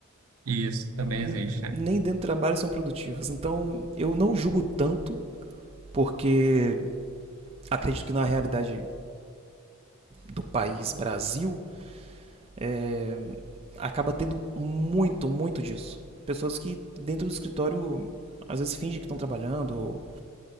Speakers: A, on the right; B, on the right.
A: Isso também
B: N-
A: existe, né?
B: Nem dentro do trabalho são produtivas. Então, eu não julgo tanto, porque acredito que na realidade do país Brasil, É, acaba tendo muito, muito disso. Pessoas que dentro do escritório às vezes fingem que estão trabalhando ou